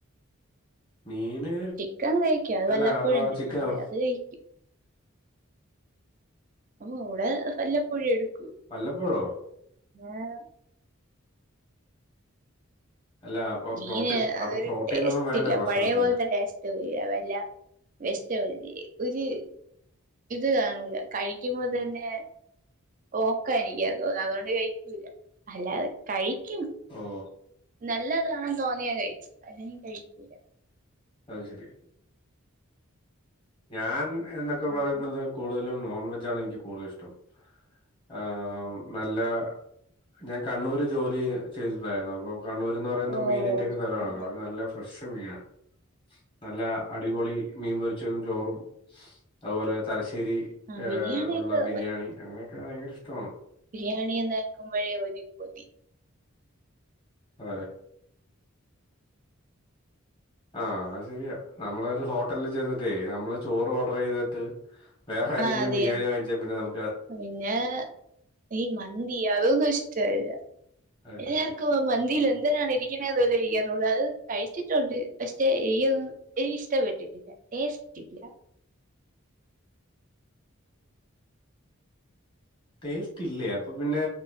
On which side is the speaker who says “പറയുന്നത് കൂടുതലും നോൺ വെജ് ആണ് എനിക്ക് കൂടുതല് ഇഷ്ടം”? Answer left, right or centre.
Left